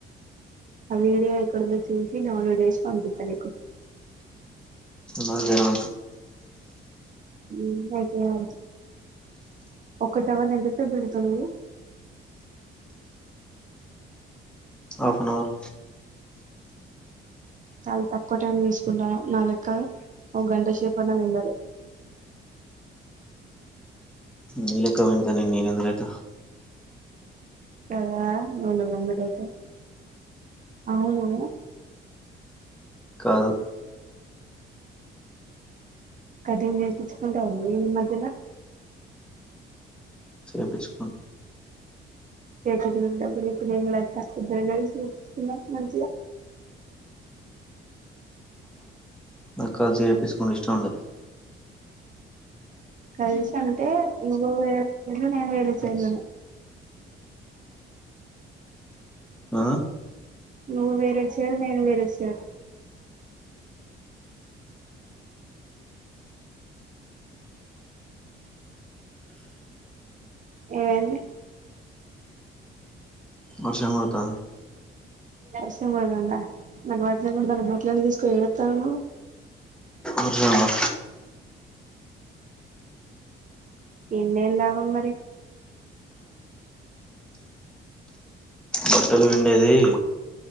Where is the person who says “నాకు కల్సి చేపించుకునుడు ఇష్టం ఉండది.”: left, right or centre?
Centre